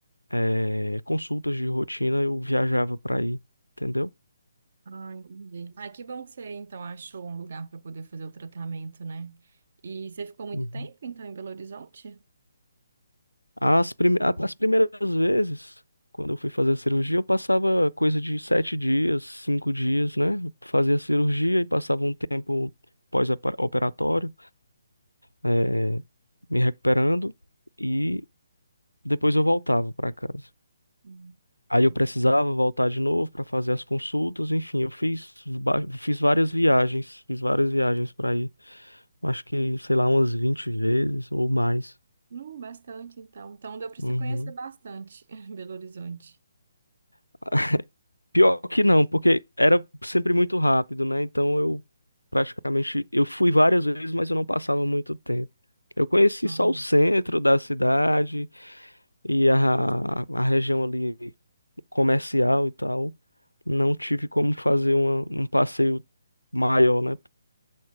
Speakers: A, on the left; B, on the right.
A: eh, consultas de rotina, eu viajava para ir, entendeu?
B: Ah, entendi. Ah, que bom que você então achou um lugar para poder fazer o tratamento, né? E você ficou muito
A: Uhum.
B: tempo então em Belo Horizonte?
A: As, prime- a- as primeiras vezes, quando eu fui fazer a cirurgia, eu passava coisa de sete dias, cinco dias, né? Eu Fazia a cirurgia e passava um tempo pós-operatório, eh, me recuperando e depois eu voltava para casa.
B: Hum,
A: Aí
B: muito
A: eu precisava voltar de novo para fazer as consultas, enfim, eu fiz, ba- fiz várias viagens, fiz várias viagens para ir. Acho que, sei lá, umas 20 vezes ou mais.
B: Hum, bastante então. Então deu para você
A: Uhum.
B: conhecer bastante <laughs> Belo Horizonte.
A: <laughs> Pior que não, porque era sempre muito rápido, né? Então eu praticamente eu fui várias vezes, mas eu não passava muito tempo. Eu conheci
B: Ah,
A: só o centro da cidade e a, a região ali comercial e tal. Não tive como fazer uma- um passeio maior, né?